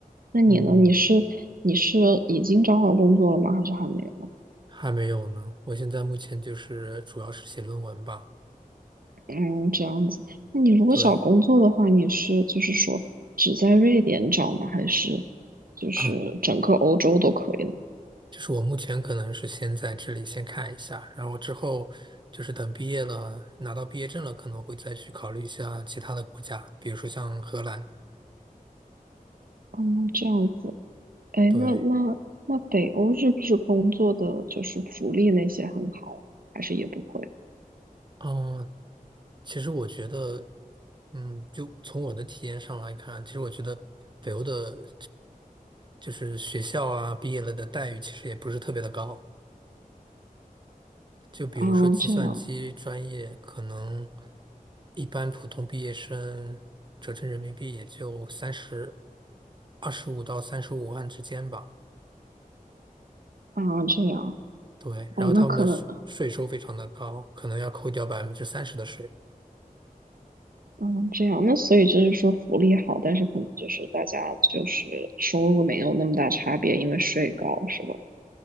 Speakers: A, on the right; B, on the right.
A: 那你呢？
B: 嗯，
A: 你是你是已经找好工作了吗？还是还没有？
B: 还没有呢。我现在目前就是主要是写论文吧，
A: 嗯，这样子。那你如果找工作的话，
B: 对。
A: 你是就是说只在瑞典找吗？还是就是整个欧洲都可以呢？
B: <coughs> <clears throat> 就是我目前可能是先在这里先看一下，然后之后就是等毕业了，拿到毕业证了，可能会再去考虑一下其他的国家，比如说像荷兰。
A: 嗯，这样子。哎，
B: 对，
A: 那那那北欧是不是工作的就是福利那些很好啊？还是也不会？
B: 嗯，其实我觉得，嗯，就从我的体验上来看，其实我觉得北欧的，就是学校啊，毕业了的待遇其实也不是特别的高。就比如说计算机专业，
A: 哦，这样
B: 可能一般普通毕业生折成人民币也就三十、二十五到三十五万之间吧。
A: 啊，这样
B: 对，
A: 哦，
B: 然后他们的税税收非常的高，
A: 那可能
B: 可能要扣掉百分之三十的税。
A: 嗯，这样那所以就是说福利好，但是可能就是大家就是收入没有那么大差别，因为税高是吧？